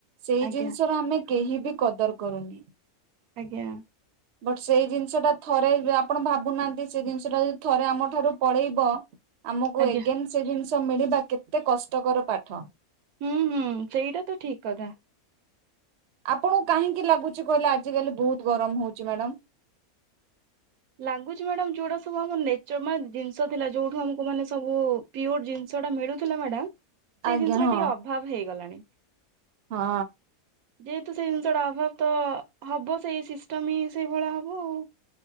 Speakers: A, on the right (about 55°); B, on the right (about 75°).
A: ସେଇ
B: ଆଜ୍ଞା
A: ଜିନିଷ ର ଆମେ କେହି ବି କଦର କରନି।
B: ଆଜ୍ଞା।
A: ବଟ୍ ସେଇ ଜିନିଷ ଟା ଥରେ ଆପଣ ଭାବୁନାହାନ୍ତି ସେଇ ଜିନିଷ ଟା ଯଦି ଥରେ ଆମ ଠାରୁ ପଳେଇବ। ଆମକୁ
B: ଆଜ୍ଞା
A: ଏଗେନ୍ ସେ ଜିନିଷ ଷ ମିଳିବା କେତେ କଷ୍ଟକର ପାଠ।
B: ହୁଁ ହୁଁ ସେଇଟା ତ ଠିକ କଥା।
A: ଆପଣଙ୍କୁ କାହିଁକି ଲାଗୁଛି କହିଲେ ଆଜି କାଲି ବହୁତ ଗରମ ହଉଛି ମ୍ୟାଡାମ।
B: ଲାଗୁଛି ମ୍ୟାଡ ଯୋଉଟା ସବୁ ଆମ ନେଚର ମାନେ ଜିନିଷ ଥିଲା ଯୋଉଠୁ ଆମକୁ ମାନେ ସବୁ ପିଓର ଜିନିଷ ଟା ମିଳୁଥିଲା ମ୍ୟାଡମ। ସେଇ
A: ଆଜ୍ଞା
B: ଜିନିଷର
A: ହଁ
B: ଟିକେ ଅଭାବ ହେଇଗଲାଣି।
A: ହଁ।
B: ଯେହେତୁ ସେଇ ଜିନିଷଟା ଅଭାବ ତ ହବ ସେଇ ସିଷ୍ଟମ ହିଁ ସେଇଭଳିଆ ହବ ଆଉ।